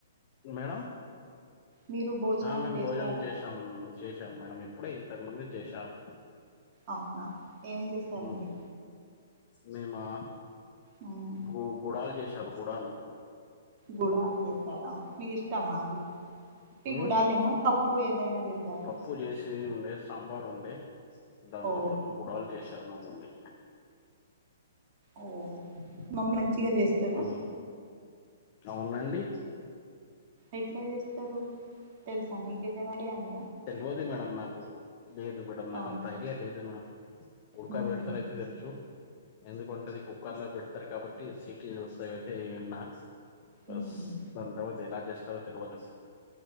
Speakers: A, on the left (about 35°); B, on the right (about 35°).
A: మేడం
B: మీరు భోజనం
A: ఆ మేం
B: చేశారా
A: భోజనం చేసాం చేసాం మేడం‌ ఇప్పుడే ఇంతకు ముందే చేశాం
B: అవునా ఏం చేశారంండి
A: ఉమ్ మేమా
B: మ్మ్.
A: గు గుడాలు చేశారు గుడాలు
B: గుూడలు చేసారా మీకు ఇష్టమా అది ఉట్టి
A: హ్మ్
B: గుడాలేనా పప్పు ఏదైనా చేశారా
A: పప్పు చేసి ఉండే సాంబార్ ఉండే దాంతో
B: ఓ
A: పాటు గుడాలు చేశారు మా మమ్మీ
B: ఓ మమ్మీ మంచిగా చేస్తాదా
A: ఉమ్ అవునండి
B: ఎట్లా చేస్తారు మీకేదైనా ఐడియా ఉం
A: తెలువదు మేడం నాకు లేదు మేడమ్ నాకంత
B: అవునా
A: ఐడియా లేదు మేడం ఉడకా
B: మ్మ్.
A: పెడతారు అయితే తెలుసు ఎందుకంటే అది కుక్కర్‌లో పెడతారు కాబట్టి సిటీ <unintelligible> అయితే ఇన్నా బస్
B: మ్మ్.
A: దాని తర్వాత ఎలా చేస్తారో తెలవదు అన్నమాట